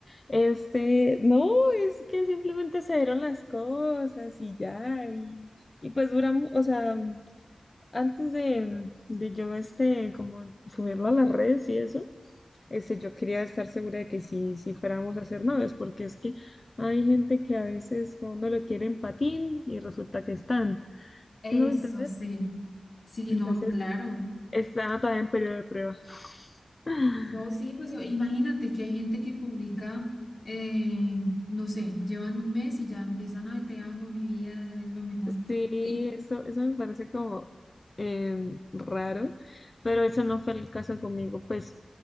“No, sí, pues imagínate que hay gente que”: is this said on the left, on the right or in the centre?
Left